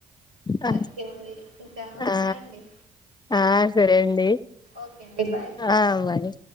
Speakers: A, on the left; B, on the right.
A: ఆ
B: ఓకే మరి ఇంకా ఉందా
A: ఆ
B: అండి
A: ఆ సరే అండి
B: ఓకే అండి బాయ్
A: ఆ బాయ్